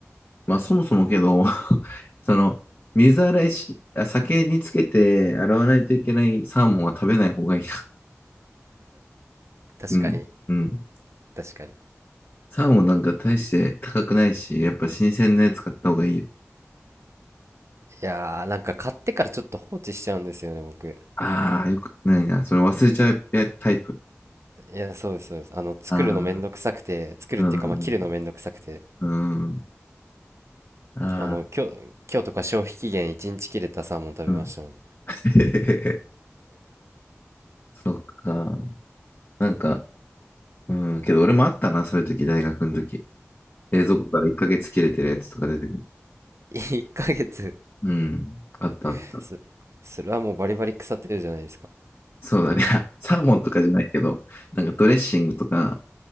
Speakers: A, on the left (about 40°); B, on the right (about 70°).
A: まあそもそもけど、<laughs> その、水洗いし、あ酒につけて洗わないといけないサーモンは食べない方がいいな。<laughs>
B: 確かに。
A: うん、うん。
B: 確かに。
A: サーモンなんか大して高くないし、やっぱ新鮮なやつ買った方がいいよ。
B: いやー、なんか買ってからちょっと放置しちゃうんですよね、僕。
A: ああ、よくないな。それ忘れちゃうやタイプ。
B: いや、そうです、そうです。あの、作るのめんどくさくて、
A: あ
B: 作るっていうか、
A: あ、うん、
B: まあ、切るのめんどくさくて。
A: うん、ああ、
B: あの今日今日とか消費期限1日切れたサーモン食べましたもん
A: うん。<laughs> そっか。なんか、うん、けど俺もあったな、そういう時、大学の時。冷蔵庫から1ヶ月切れてるやつとか出てくる。
B: 1ヶ月
A: うん、あったあった。
B: <laughs> すそれはもうバリバリ腐ってるじゃないですか
A: そうだね。<laughs> サーモンとかじゃないけど、なんかドレッシングとか、